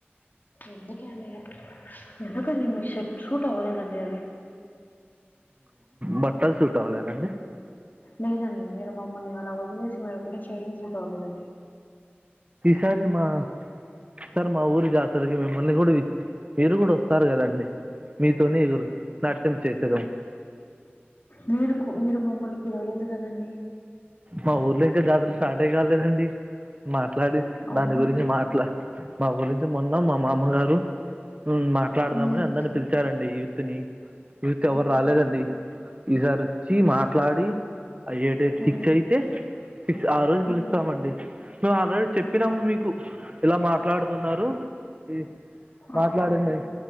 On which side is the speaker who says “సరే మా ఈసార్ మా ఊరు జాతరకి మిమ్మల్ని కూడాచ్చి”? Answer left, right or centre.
Right